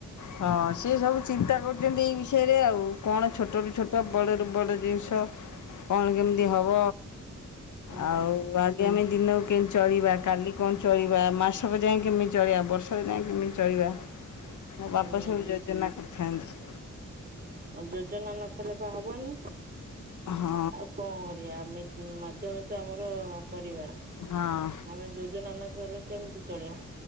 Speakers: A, on the left (about 80°); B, on the right (about 30°).
A: ହଁ ସିଏ ସବୁ ଚିନ୍ତା କରୁଛନ୍ତି ଏଇ ବିଷ ତେରେ ଆଉ କଣ ଛୋଟରୁୁ ଛୋଟ ବଡ଼ରୁୁ ବଡ଼ ଜିନିଷ କଣ କେମିତି ଦେହବ
B: ହୁଁ
A: ଆଉ ଆଜ୍ଞା ଆମେ ଦିନ କେମତି ଚଳିବା କାଲି କଣ ଚଳିବା ମାସବ ଯା କେମିତି ଚଳେଇିବା ବର୍ଷ ଯାଏ କେମିତି ଚଳିବା ବାପସ
B: ହୁଁ।
A: ଯୋଜନା କରିଥାନ୍ତି।
B: ଆ ଯୋଜନା ନ କଲେ ବା ହବନି
A: ହଁ
B: ଆଉ କଣ କରିବା ମଧ୍ୟବିତ ଆମର ପରିବାର
A: ହଁ
B: ଆମେ ଯୋଜନା ନକଲେ କେମିତି ଚଳିବ